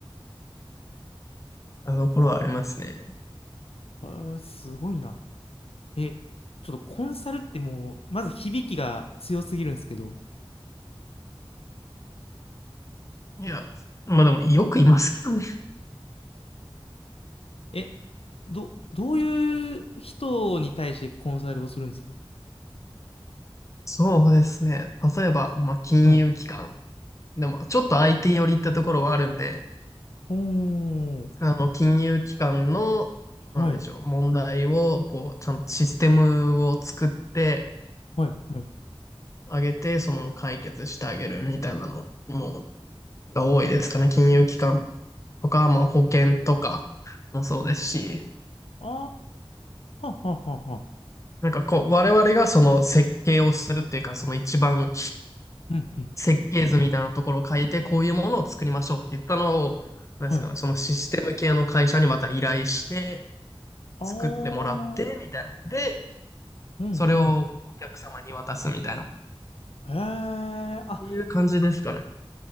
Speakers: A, on the left; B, on the left.
A: あのところはありますね。
B: あ、あーすごいな。え、ちょっとコンサルってもう、まず響きが強すぎるんですけど、
A: いや、まあでもよくいますけどね。
B: え、ど、どういう人に対してコンサルをするんですか
A: そうですね。例えば、まあ金融機関。
B: はい。
A: でも、ちょっと相手寄りってところはあるんで、
B: ほーん。
A: あの、金融機関の、
B: はい。
A: なんでしょう、問題を、こう、ちゃんとシステムを作って、
B: はい。はい。
A: あげて、その解決してあげるみたいなのも、が多いですかね。金融機関とか、まあ保険とかもそうですし、
B: ああー、はっはっはっは。
A: なんかこう、我々がその設計をするっていうか、その一番
B: うん、うん。
A: 設計図みたいなところを書いて、こういうものを作りましょうって言ったのを、なんですかね、
B: はい。
A: そのシステム系の会社にまた依頼して、
B: ああ、
A: 作ってもらって、
B: う
A: みたいな。で、
B: んうん。
A: それをお客様に渡すみたいな、っ
B: へえ、あ、
A: ていう感じですかね。